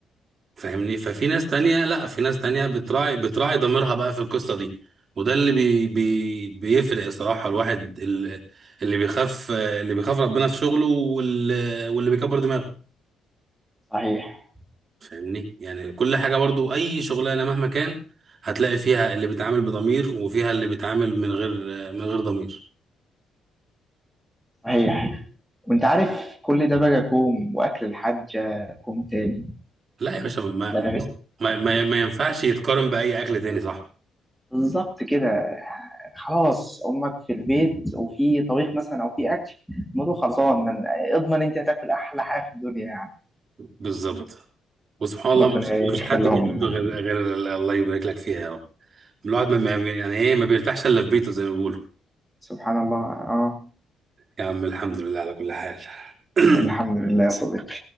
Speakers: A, on the right; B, in the centre.
A: فاهمني ففي ناس تانية لا في ناس تانية بتراعي بتراعي ضميرها بقى في القصة دي وده اللي بي بي بيفرق الصراحة الواحد ال- اللي بيخاف اللي بيخاف ربنا في شغله واللي, واللي بيكبر دماغه
B: صحيح
A: فاهمني يعني كل حاجة برضو أي شغلانة مهما كان هتلاقي فيها اللي بيتعامل بضمير وفيها اللي بيتعامل من غير من غير ضمير
B: صحيح وأنت عارف كل ده بقى كوم وأكل الحاجة كوم تاني
A: لا يا باشا ما
B: لا
A: ما ما, ما ما ينفعش يتقارن بأي أكل تاني صح
B: بالظبط كده خلاص امك في البيت وفي طبيخ مثلا او في اكل الموضوع خلصان من اضمن انت هتاكل احلى حاجه في الدنيا يعني
A: بالظبط وسبحان الله
B: ربنا
A: مفيش مفيش
B: يخليهم
A: حد بيحب
B: لنا
A: غير غير الله يبارك لك فيها يا رب الواحد ما ما- يعني ايه ما بيرتاحش الا في بيته زي ما بيقولوا
B: سبحان الله اه
A: يا عم الحمد لله على كل حال
B: الحمد
A: <clears throat>
B: لله يا صديقي